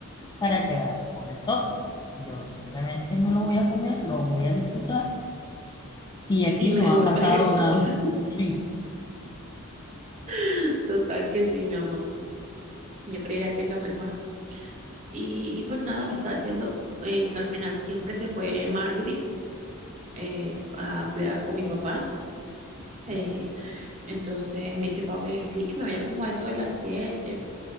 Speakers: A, on the left; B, on the right.
A: para quedarme con el topper. Yo simplemente me lo voy a comer, lo voy a disfrutar y aquí
B: Y me
A: no
B: <laughs> devuelves
A: ha pasado
B: el topper.
A: nada. <laughs> Sí,
B: <laughs> Total que sí, mi amor. Yo creería que es lo mejor. Y, y pues nada, me está diciendo eh, que al final siempre se fue Marjorie eh, a cuidar con mi papá. Eh,
A: no,
B: entonces me dice Pau que sí, que me vaya como a eso de las 7